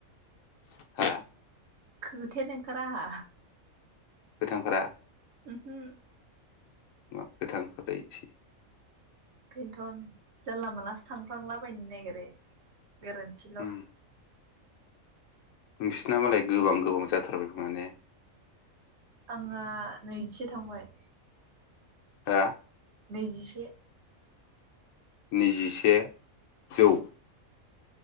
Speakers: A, on the left; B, on the right.
A: हा।
B: खोथायानो ओंखारा आंहा।
A: गोथां ओंखारा।
B: ओमहो।
A: मा खोथा ओंखारलायैसै
B: बेन्थन जानला मानलासो थांफ्लांलाबायनो नागिरो‌ गोरोन्थिल।
A: उम नोंसिना मालाय गोबां गोबां जाथारबाय खोमा ने?
B: आंहा नैजिसे थांबाय।
A: हा।
B: नैजिसे।
A: नैजिसे। जौ।